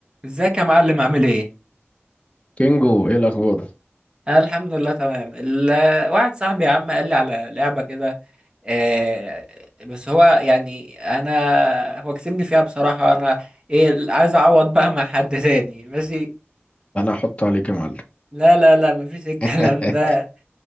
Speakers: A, on the right (about 20°); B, on the left (about 30°).
A: ازيك يا معلم عامل ايه؟
B: كينجو ايه الاخبار
A: انا الحمد لله تمام ال- واحد صاحبي يا عم قال لي على لعبة كده آه، بس هو يعني انا هو كسبني فيها بصراحة انا ايه عايز اعوض بقى مع حد تاني ماشي
B: انا هحط عليك يا معلم
A: لا لا لا مفيش الكلام
B: <laughs>
A: ده